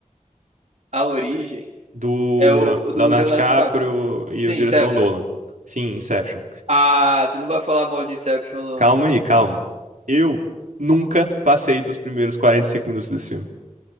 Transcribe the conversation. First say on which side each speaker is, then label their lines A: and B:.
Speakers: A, on the right (about 65°); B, on the right (about 85°).
A: a origem
B: do
A: é o,
B: Le-
A: o
B: Leonardo
A: do Leonardo
B: DiCaprio
A: DiCaprio.
B: e o
A: Sim,
B: diretor
A: Inception.
B: é o Nolan. Sim, Inception.
A: Ah, tu não vai falar mal de Inception, não.
B: Calma aí, calma. Eu nunca passei dos primeiros 45 minutos desse filme.